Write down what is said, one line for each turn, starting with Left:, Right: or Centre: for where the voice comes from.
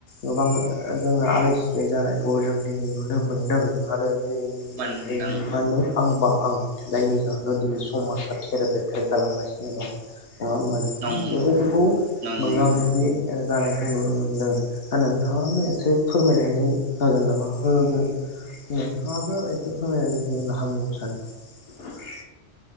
Left: गोबां जोङो आलाय सिलाय जानायखौ जों दिनै नुनो मोनदों आरो दिनैनि दिनावहाय
Right: मोनदां
Left: नों बा आंबा आं जायनि जाहोनाव दिनै समाजा थेर बेथेर जालांगासिनो गोबां नङा होमबा नोंथां
Right: नंगौ
Left: बेबायदिखौ
Right: नंगौ
Left: मोगा मोगि जानाय नुनो मोनदों दा नोंथाङाबो एसे फोरमायनानै होगोन नामा होगोन नोंथाङाबो एसे फोरमायनानै होयोब्ला हामगौ सानो।